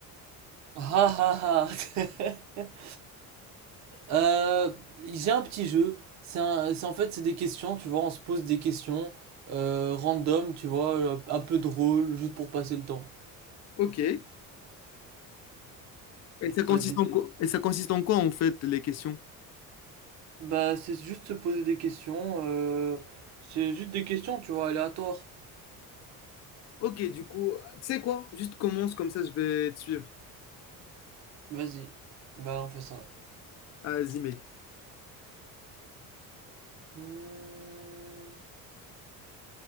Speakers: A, on the right; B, on the left.
A: Ah ah ah. <laughs> Euh, j'ai un petit jeu. C'est un- c'est en fait, c'est des questions, tu vois, on se pose des questions euh, random, tu vois, euh, un peu drôle, juste pour passer le temps.
B: Ok. Et ça consiste
A: Vas-y.
B: en quoi? Et ça consiste en quoi en fait les questions?
A: Bah, c'est juste se poser des questions. euh, c'est juste des questions, tu vois, aléatoires.
B: ok, du coup, tu sais quoi? Juste commence comme ça, je vais te suivre.
A: Vas-y. Bah, on fait ça.
B: Ah, Vas-y, mec.
A: Hmm.